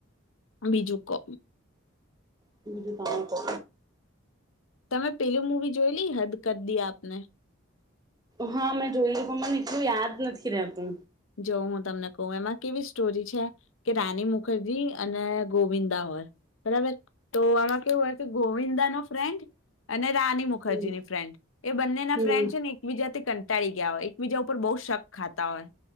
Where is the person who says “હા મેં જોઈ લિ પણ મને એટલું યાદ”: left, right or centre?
Right